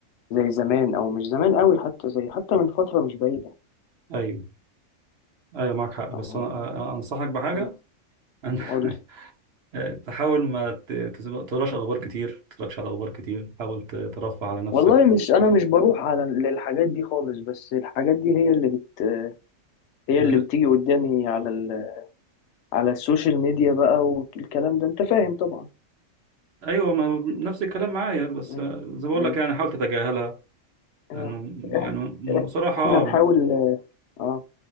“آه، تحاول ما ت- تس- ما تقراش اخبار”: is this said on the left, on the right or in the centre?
Right